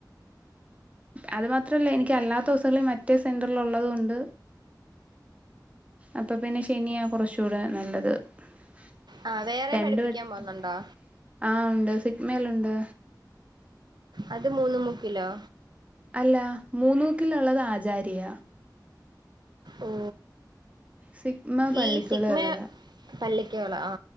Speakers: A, on the right; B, on the right.
A: അത് മാത്രല്ല എനിക്ക്അല്ലാത്തദിവസങ്ങളിൽ മറ്റേ സെന്ററീൽ ഉള്ളത് കൊണ്ട് അപ്പംപിന്നെ ശനിയാ കുറച്ചുടെ നല്ലത് ത്
B: ആ വേറെയും
A: രണ്ട്
B: പഠിപ്പിക്കാൻ
A: വട്ടം
B: പോന്നുണ്ടോ
A: ആ ഉണ്ട് സിഗ് മേലുണ്ട്
B: അത് മൂന് മുക്കിലോ
A: അല്ല മൂന്നൂക്കിലുള്ളത് ആചാര്യ
B: ഓ
A: സിഗ്മ പള്ളിക്കുളം
B: ഈ സിക്മ
A: ഉള്ളതാ
B: പള്ളിക്കോള ആ